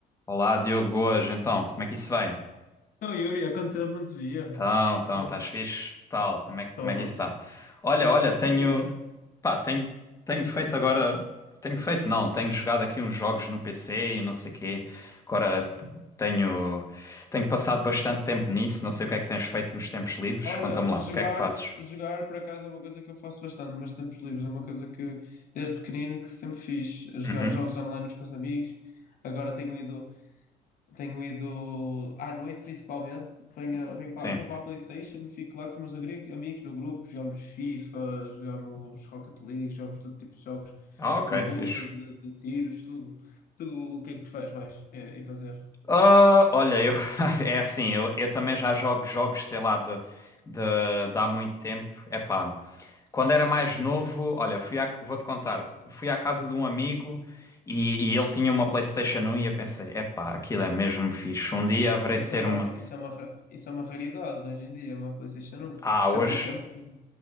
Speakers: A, on the left; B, on the left.
A: Olá, Diogo, boas. Então, como é que isso vai?
B: Não, Yuri, há quanto tempo não te via?
A: Então, então,
B: Oh,
A: estás fixe? Tal, como é, que- como
B: toma.
A: é que isso está? Olha, olha, tenho,
B: Está tudo bem.
A: pá, tenho, tenho feito agora, tenho feito não, tenho jogado aqui uns jogos no PC e não sei quê. Agora tenho, tenho passado bastante tempo nisso, não sei o que é que tens feito nos tempos livres,
B: Olha,
A: conta-me lá,
B: jogar,
A: o que é que fazes?
B: jogar por acaso é uma coisa que eu faço bastante, mas tempos livres é uma coisa que desde pequenino que sempre fiz. Jogar,
A: Uhum,
B: jogos online com os meus amigos. Agora tenho ido, tenho ido à noite principalmente. Venho, venho
A: sim.
B: para, vou para a PlayStation, fico lá com os meus agri- amigos no grupo, jogamos FIFA, jogamos Rocket League, jogamos todo tipo de jogos
A: Ah, ok,
B: de luta,
A: fixe.
B: de, de tiros, tudo. Tu, o que é que tu fazes mais eh, em fazer?
A: Ah, olha, eu <laughs> é assim, eu, eu também já jogo jogos, sei lá, de, de, de há muito tempo. Epá, quando era mais novo, olha, fui à- vou-te contar, fui à casa de um amigo e, e ele tinha uma PlayStation 1 e eu pensei, epá, aquilo é mesmo fixe. Um dia haverei
B: Pô,
A: de
B: Isso
A: ter
B: é uma,
A: uma.
B: ra- isso é uma, ra- isso é uma raridade hoje em dia, uma PlayStation 1.
A: Ah,
B: Foi
A: hoje.
B: há pouco tempo que.